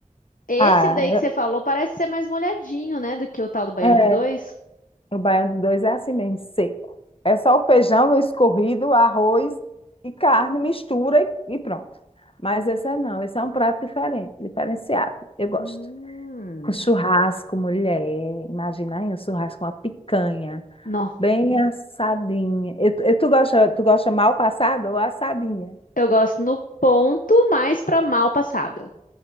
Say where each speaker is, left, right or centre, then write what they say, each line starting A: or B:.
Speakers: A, on the left; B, on the left.
A: Esse
B: Ah,
A: daí que você falou parece ser mais molhadinho, né? Do que o tal do baião
B: é- é,
A: de dois.
B: o baião de dois é assim mesmo, seco. É só o feijão escorrido, arroz e carne, mistura e, e pronto. Mas esse é não, esse é um prato diferente, diferenciado. Eu gosto.
A: Hum,
B: Com churrasco, mulher. Imagina aí, um churrasco, uma picanha.
A: Não.
B: Bem assadinha. Eu, eu- tu gosta, tu gosta mal passada ou assadinha?
A: Eu gosto no ponto, mais pra mal passada.